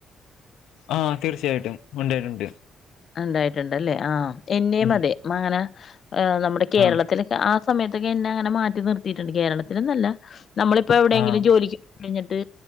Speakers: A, on the left; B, on the left.
A: ആഹ് തീർച്ചയായിട്ടും ഉണ്ടായിട്ടുണ്ട്
B: ഉണ്ടായിട്ടുണ്ടല്ലേ ആ എന്നെയും
A: ഉം
B: അതെ മങ്ങന ഈഹ് നമ്മുടെ കേരളത്തില്ക്കാ
A: ആ
B: സമയത്തൊക്കെ എന്നാ അങ്ങന മാറ്റി നിർത്തിയിട്ടുണ്ട് കേരളത്തിലെന്നല്ല നമ്മളിപ്പോ എവിടെങ്കിലും
A: ആഹ്
B: ജോലിക്ക് കഴിഞ്ഞിട്ട്